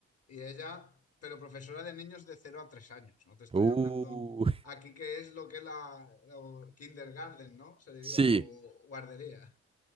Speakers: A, on the left (about 55°); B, on the right (about 20°).
A: y ella, pero profesora de niños de cero a 3 años, no te estoy
B: Uh,
A: hablando aquí que es lo que es la o kindergarten, ¿no? Se diría,
B: <laughs>
A: o
B: sí.
A: guardería.